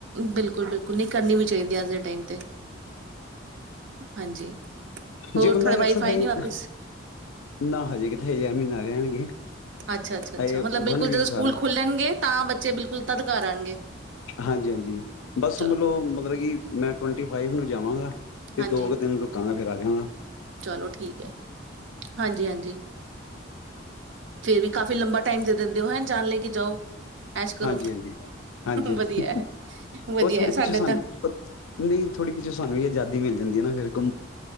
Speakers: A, on the right; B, on the left.
A: ਬਿਲਕੁਲ-ਬਿਲਕੁਲ ਨਹੀਂ ਕਰਨੀ ਵੀ ਚਾਹੀਦੀ ਅੱਜ ਦੇ ਟਾਈਮ ਤੇ ਹਾਂਜੀ, ਹੋਰ
B: ਜੇ ਬੰਦਾ
A: ਥੋੜਾ
B: ਐਕਸਰਸਾਈਜ਼
A: ਵਾਈਫਾਈ ਨੀ ਵਾਪਿਸ
B: ਨਾ ਹਜੇ ਕਿਤੇ ਹਜੇ ਮਹੀਨਾ ਰਹਿਣਗੇ
A: ਅੱਛਾ-ਅੱਛਾ- ਅੱਛਾ
B: ਹਜੇ
A: ਮਤਲਬ ਬਿਲਕੁਲ
B: ਵਨ ਵੀਕ
A: ਜਦੋਂ
B: ਸਾਰਾ
A: ਸਕੂਲ ਖੁੱਲਣਗੇ, ਤਾਂ ਬੱਚੇ ਬਿਲਕੁਲ ਤਦ ਘਰ ਆਣਗੇ।
B: ਹਾਂਜੀ-ਹਾਂਜੀ ਬਸ
A: ਚਲੋ
B: ਮਤਲੋ ਮਤਲਬ ਕਿ ਮੈਂ ਟਵੰਟੀ ਫਾਈਵ ਨੂੰ ਜਾਵਾਂਗਾ ਤੇ
A: ਹਾਂਜੀ
B: ਦੋ ਕੁ ਦਿਨ ਰੁਕਾਂ ਫਿਰ ਆਜਾਗਾਂ
A: ਚਲੋ ਠੀਕ ਹੈ, ਹਾਂਜੀ-ਹਾਂਜੀ ਫਿਰ ਵੀ ਕਾਫੀ ਲੰਬਾ ਟਾਈਮ ਤੇ ਦਿੰਦੇ ਹੋ ਹੈ ਜਾਣ ਲੈ ਕੇ ਜਾਓ ਐਸ਼ ਕਰੋ
B: ਹਾਂਜੀ- ਹਾਂਜੀ-ਹਾਂਜੀ ਹਾਂ
A: ਵਧੀਆ ਹੈ ਵਧੀਆ
B: ਉਹ ਥੋੜੀ
A: ਹੈ, ਸਾਡੇ
B: ਪਿੱਛੋਂ ਸਾਨੂੰ
A: ਤਾਂ
B: ਉਹ ਨਹੀਂ ਥੋੜੀ ਪਿੱਛੋਂ ਸਾਨੂੰ ਵੀ ਆਜ਼ਾਦੀ ਮਿਲ ਜਾਂਦੀ ਹੈ ਨਾ ਫੇਰ